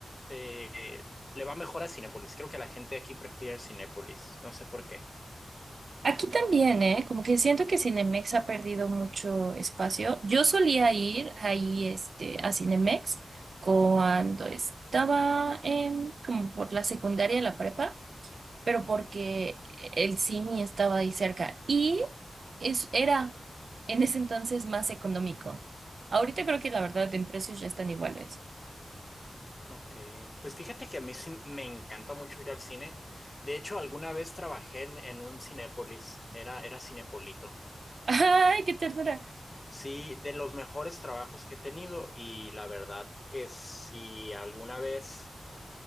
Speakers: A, on the left; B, on the right.
A: eh, le va mejor a Cinépolis. Creo que la gente aquí prefiere Cinépolis, no sé por qué.
B: Aquí también, ¿eh? Como que siento que Cinemex ha perdido mucho espacio. Yo solía ir ahí, este, a Cinemex cuando estaba en, como por la secundaria y la prepa, pero
A: Ujú.
B: porque el cine estaba ahí cerca y es, era en ese entonces más económico. Ahorita creo que la verdad en precios ya están iguales.
A: Ok, pues fíjate que a mí sí me encanta mucho ir al cine. De hecho, alguna vez trabajé en, en un Cinépolis, era, era Cinepolito.
B: <laughs> ¡Ay, qué ternura!
A: Sí, de los mejores trabajos que he tenido y la verdad que si alguna vez